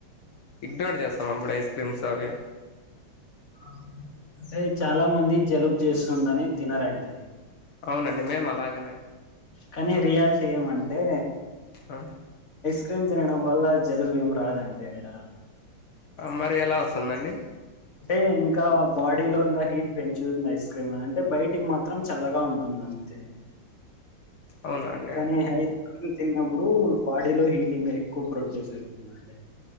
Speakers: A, on the left (about 75°); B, on the left (about 30°).
A: ఇగ్నోర్ చేస్తామప్పుడ ఐస్క్రీమ్స్వి
B: అంటే చాలా మంది జలుబు చేస్తుందని తినారండి
A: అవునండి మే అలాగనే
B: కానీ రియాలిటీ గేమ్ అంటే
A: ఆ
B: క్రీమ్ తినడం వల్ల జలుబు ఏం రాదండి ఆడ
A: మరి ఎలా వస్తుందండి
B: అంటే ఇంకా బాడీలో ఇంకా హీట్ పెంచుంది ఐస్ క్రీమ్ అంటే బయటికి మాత్రం చల్లగా ఉంటుంది అంతే
A: అవునా అండి
B: కానీ హ తిన్నప్పుడు బాడీలో హీటింగ్ ఎక్కువ ప్రొడ్యూస్ అవుతుందండి